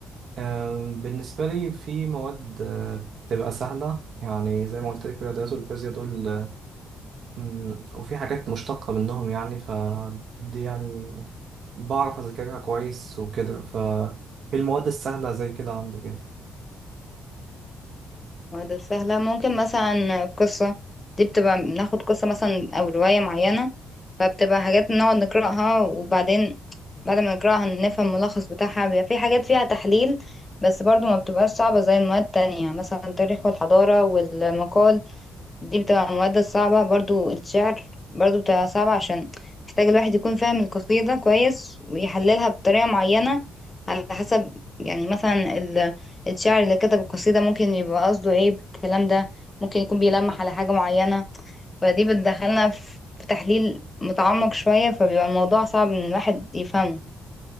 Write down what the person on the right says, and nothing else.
أم، بالنسبه لي في مواد أه، بتبقى سهله يعني زي ما قلت لك الرياضيات والفيزياء دول أه، مم، وفي حاجات مشتقه منهم يعني فدي يعني بعرف اذاكرها كويس وكده ف المواد السهله زي كده عندي كده